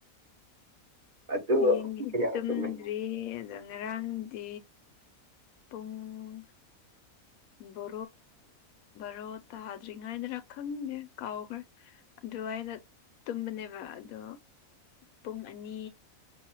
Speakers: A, on the right; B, on the left.
A: ꯑꯗꯣ
B: ꯌꯦꯤ
A: ꯄꯨꯡ ꯀꯌꯥꯗ
B: ꯇꯗ꯭ꯔꯤ
A: ꯇꯨꯝꯃꯦ
B: ꯑꯗ ꯉꯔꯥꯡꯗꯤ ꯄꯨꯡ ꯔꯣ ꯔꯣ ꯇ ꯍꯥꯥꯖꯔꯤꯉ ꯏꯗ ꯔꯈꯟꯒꯦ ꯀꯥꯎꯥꯎꯒꯔ ꯑꯗꯣ ꯑꯩꯅ ꯇꯨꯝꯕꯅꯦꯕ ꯑꯗꯣ ꯄꯨꯡ ꯑꯅꯤ